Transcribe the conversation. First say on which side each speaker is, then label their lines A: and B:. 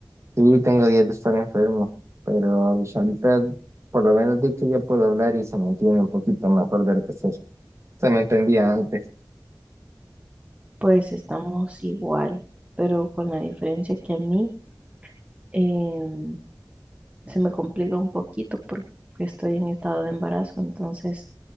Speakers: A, on the right (about 40°); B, on the right (about 20°).
A: Sí, tengo días de estar enfermo, pero pues, ahorita por lo menos di que ya puedo hablar y se me entiende un poquito mejor de lo que se, se me entendía antes.
B: Pues estamos igual, pero con la diferencia que a mí em, se me complica un poquito porque estoy en estado de embarazo, entonces